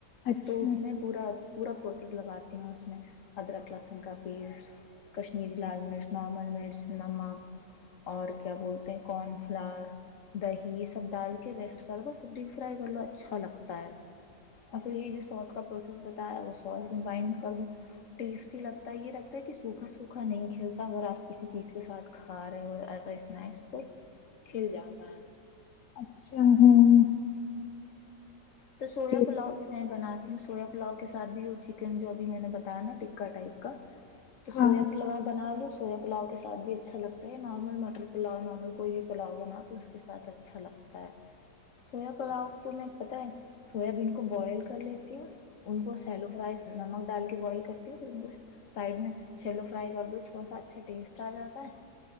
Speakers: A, on the left (about 65°); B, on the left (about 50°).
A: اچھا
B: تو اس میں پورا پورا پروسیس لگاتی ہوں اس میں ادرک لہسن کا پیسٹ کشمیری لال مرچ نارمل مرچ نمک اور کیا بولتے ہیں کارن فلاور دہی یہ سب ڈال کے ریسٹ کر دو ففٹی فرائی کر لو اچھا لگتا ہے اور پھر یہی جو سوس کا پروسیس بتایا ہے وہ سوس گمبائنڈ کر دوو ٹیسٹی لگتا ہے یہ لگتا ہے کہ سوکھا سوکھا نہیں کھلتا اگر آپ کسی چیز کے ساتھ کھا رہے ہو ایز ا اسنیکس تو کھل جاتا ہے
A: اچھا ہاں
B: تو سویا
A: ٹیس
B: پلاؤ بھی میں بناتی ہوں سویا پلاؤ کے ساتھ بھی وہ چکن جو اب میں نے بتایا نا ٹکا ٹائپ کا تو سویا
A: ہاں
B: پلاو بنا لو سویا پلاؤ کے ساتھ بھی اچھا لگتا ہے نارمل مٹر پلاؤ نارمل کوئی بھی پلاؤ بنا تو اس کے ساتھ اچھا لگتا ہے سویا پلاؤ تو میں پت ہے سویا بین کو بوائل کر لیتی ہوں ان کو سیلو فرائی نمک ڈال کے بوائل کرتی ہوں پھر ان کو سائڈ میں سیلو فرائی کر دو تھوڑا سا اچھا ٹیسٹ آ جاتا ہے